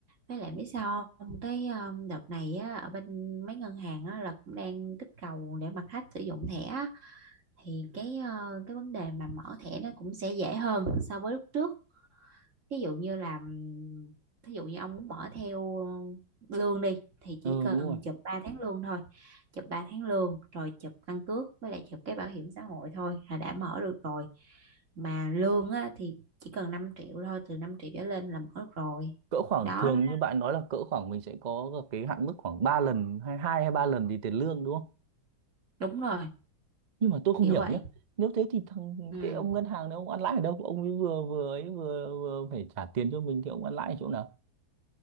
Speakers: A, on the right (about 40°); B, on the right (about 75°).
A: với lại biết sao không cái um, đợt này á, ở bên mấy ngân hàng á, là cũng đang kích cầu để mà khách sử dụng thẻ thì cái ờ, cái vấn đề mà mở thẻ nó cũng sẽ dễ hơn so với lúc trước ví dụ như là ừm, thí dụ như ông muốn mở theo ờ, lương đi thì chỉ
B: ừ
A: cần
B: đúng rồi
A: chụp 3 tháng lương thôi chụp 3 tháng lương rồi chụp căn cước với lại chụp cái bảo hiểm xã hội thôi là đã mở được rồi mà lương á, thì chỉ cần 5 triệu thôi từ 5 triệu trở lên là mở được rồi
B: cỡ khoảng
A: đó
B: thường
A: nó-
B: như bạn nói là cỡ khoảng mình sẽ có cái hạn mức khoảng 3 lần hay hai hay ba lần thì tiền lương đúng không
A: đúng rồi
B: nhưng mà tôi không
A: kiểu
B: hiểu
A: vậy
B: nhé nếu thế thì thằng
A: ừ.
B: cái ông ngân hàng này ông ăn lãi ở đâu ông ấy vừa vừa ấy vừa, vừa phải trả tiền cho mình thì ông ăn lãi ở chỗ nào